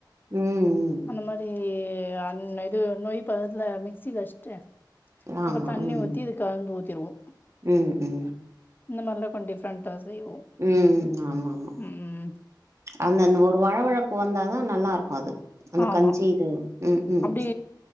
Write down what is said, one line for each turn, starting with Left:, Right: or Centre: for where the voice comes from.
Right: ம் ம்
Left: அந்த மாரி ஏ அன் இது நொய் பதத்துல மிக்ஸில அஸ்ட்டு அப்ப
Right: ஆமா
Left: தண்ணி
Right: ம்
Left: ஊத்தி இது கலந்து ஊத்திருவோம்
Right: ம் ம்
Left: இந்த மார்லா கொஞ்சம் டிஃப்ரண்ட்டா செய்வோ
Right: ம் ஆமா ஆமா
Left: ம்
Right: அந்தந்த ஒரு வழவழப்பு வந்தாதா நல்லா இருக்கும் அது அந்த
Left: ஆமா
Right: கஞ்சி இது ம் ம்
Left: அப்டி